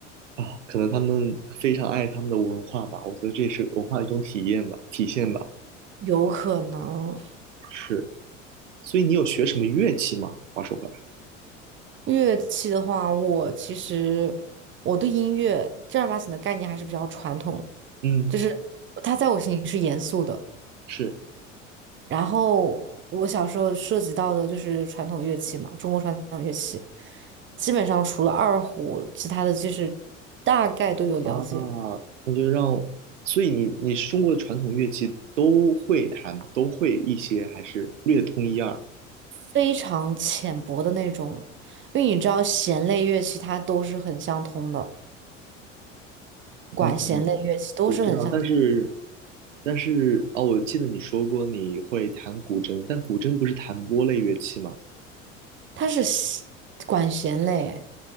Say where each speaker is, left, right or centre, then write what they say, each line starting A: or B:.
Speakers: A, on the right; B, on the right.
A: 啊。可能他们非常爱他们的文化吧，我觉得这也是文化的一种体验吧，体现吧。
B: 有可能，
A: 是，所以你有学什么乐器吗？话说回来，
B: 乐器的话，我其实我对音乐正儿八经的概念还是比较传统，
A: 嗯，
B: 就是它在我心里是严肃的。
A: 是。
B: 然后我小时候涉及到的就是传统乐器嘛，中国传统乐器，基本上除了二胡，其他的就是大概都有了解，
A: 啊，那就让，所以你你是中国的传统乐器都会弹，都会一些，还是略通一二？
B: 非常浅薄的那种。因为你知道弦类乐器它都是很相通的，管弦类乐器都是很相通，
A: 嗯，嗯，我知道，但是但是哦，我记得你说过你会弹古筝，但古筝不是弹拨类乐器吗？
B: 它是弦管弦类诶。